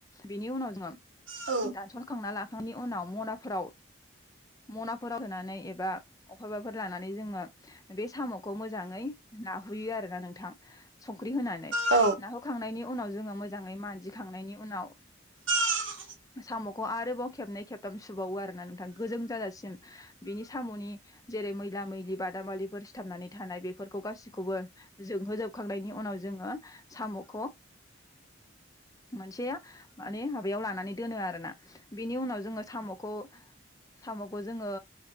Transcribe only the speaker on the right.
औ
औ
<inaudible>
<inaudible>